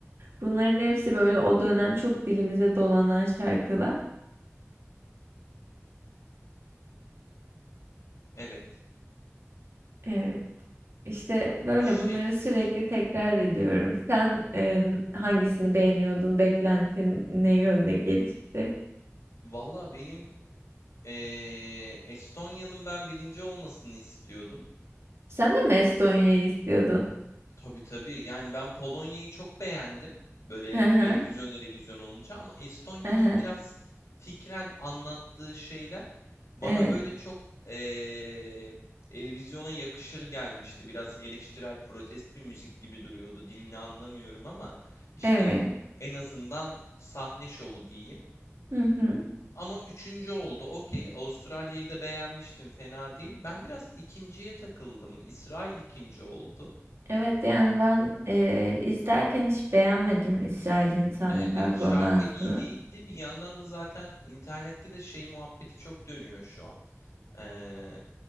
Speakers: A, on the right (about 60°); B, on the left (about 85°).
A: Bunların hepsi böyle o dönem çok dilimize dolanan şarkılar.
B: Evet.
A: Evet. İşte böyle
B: Şey
A: bunları sürekli tekrar ediyorum. Sen e, hangisini beğeniyordun? Beklentin ne yönde gelişti?
B: valla benim eee, Estonya'nın ben birinci olmasını istiyordum.
A: Sen de mi Estonya'yı istiyordun?
B: Tabii tabii. Yani ben Polonya'yı çok beğendim. Böyle
A: Hı hı,
B: televizyon televizyon olunca ama Estonya'nın
A: hı hı.
B: biraz fikren anlattığı şeyler bana
A: Evet,
B: böyle çok eee televizyona yakışır gelmişti. Biraz eleştirel, protest bir müzik gibi duruyordu. Dilini anlamıyorum ama işte
A: evet.
B: en azından sahne şovu diyeyim.
A: Hı hı.
B: Ama üçüncü oldu. Okey. Avustralya'yı da beğenmiştim. Fena değil. Ben biraz ikinciye takıldım. İsrail ikinci oldu.
A: Evet yani ben e, izlerken hiç beğenmedim İsrail'in sahne
B: E,
A: performansını.
B: Evet şarkı iyi değildi. Bir yandan da zaten internette de şey muhabbeti çok dönüyor şu an. Ee,